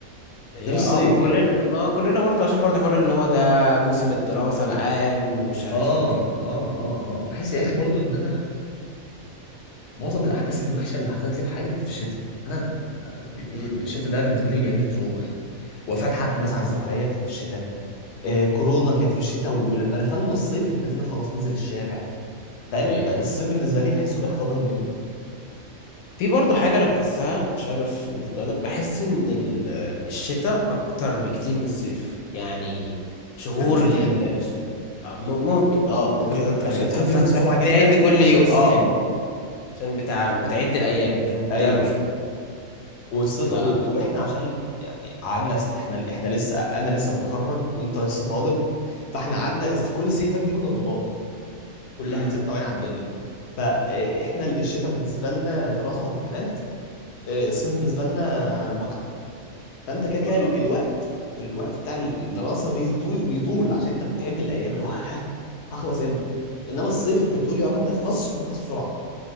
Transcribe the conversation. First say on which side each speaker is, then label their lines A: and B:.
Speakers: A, on the left (about 85°); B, on the left (about 65°).
A: هي
B: غير الصيف
A: اه ما كلنا
B: يعني
A: ما كلنا برضه عشان برضه حوار اللي هو ده موسم الدراسه العام ومش عارف
B: اه
A: ايه وكده
B: اه اه اه بحس يا اخي برضو ان انا معظم الاحداث الوحشه اللي حصلت لي في حياتي كانت في الشتاء انا ب-
A: امم
B: ب- الشتاء ده بالنسبه لي جايب لي تروما يعني وفاة حد مثلا عزيز عليا كان في الشتاء آه كورونا كانت في الشتاء ولما دخلنا الصيف ابتدينا خلاص ننزل الشارع فاهم
A: ايوه
B: الصيف بالنسبه لي بحسه بيحتضنني كده
A: في برضه حاجة أنا بحسها مش عارف بالنسبة لك بحس إن ال- آه، الشتاء أكتر بكتير من الصيف يعني شهور
B: عشان انت مش بتحبه
A: ال الش- آه، م- ممكن اه ممكن
B: انت مش بتحبه.
A: انت عشان
B: يعني
A: تحب
B: الصيف
A: فانت
B: بيخلص بسرعه
A: بتعد
B: جدا
A: كل
B: عشان
A: يوم
B: الصيف
A: اه
B: حلو
A: آه، عشان بتع... بتعد الأيام لكن انت
B: ايوه
A: مش
B: والصيف
A: ف
B: و... واحنا عشان يعني قعدنا س... احنا احنا لسه انا لسه متخرج وانت لسه طالب فاحنا قعدنا س- كل السنين اللي فاتت دي كنا طلاب كلها
A: مم.
B: من سنه وعين على الدنيا فاحنا الشتاء بالنسبه لنا دراسه وامتحانات اه، الصيف بالنسبه لنا متعه فانت كده
A: ما
B: كده
A: آه.
B: الوقت في الوقت بتاع الدراسه بيطول بيطول عشان انت بتعد الايام اللي هو <laughs> هخلص امتى انما الصيف انت بتقول يا رب ما يخلصش فبيخلص بسرعه